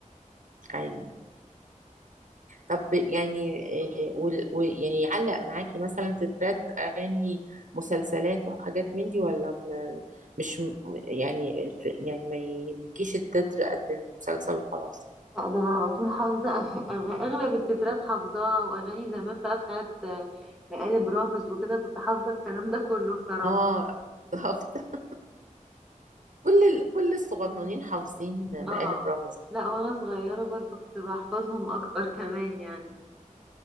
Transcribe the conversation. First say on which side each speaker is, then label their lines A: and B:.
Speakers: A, on the right; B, in the centre.
A: ايوه طب يعني إيه، وال- ويعني يعلق معاكي مثلا تترات اغاني مسلسلات وحاجات من دي ولا م- مش م- يعني الف- يعني ما يهمكيش التتر قد المسلسل وخلاص
B: لا ده انا على طول حافظة <laughs> أغ- اغلب التترات حافظاها واغاني زمان بقى بتاعت آه، مقالب رامز وكده كنت حافظة الكلام ده كله بصراحة
A: اه <laughs> كل ال... كل الصغننين حافظين مقالب
B: اه
A: رمزي
B: لا وانا صغيرة برضو كنت بحفظهم اكتر كمان يعني